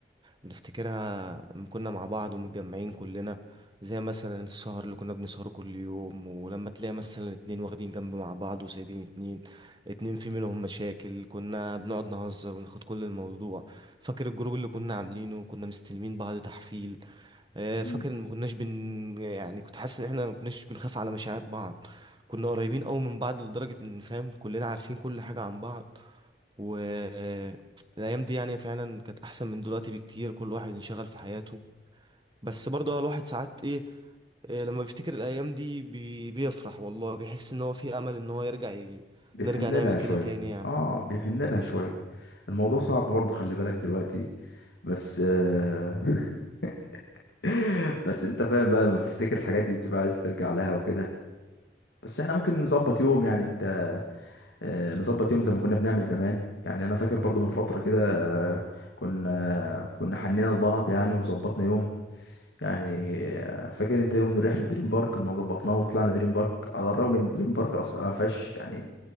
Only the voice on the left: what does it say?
مم.
بيحن
لها شويه
اه بيحن لها شويه الموضوع صعب برضه خلي بالك دلوقتي بس آه، <laughs> <laughs> بس انت فاهم بقى لما بتفتكر الحاجات دي بتبقى عايز ترجع لها وكده بس احنا ممكن نظبط يوم يعني انت آه، نظبط يوم زي ما كنا بنعمل زمان يعني انا فاكر برضو من فترة كده آه، كنا كنا حنينا لبعض يعني وظبطنا يوم يعني فاكر انت يوم من رحله دريم بارك ما ظبطناها وطلعنا دريم بارك على الرغم ان دريم بارك اصلا ما فيهاش يعني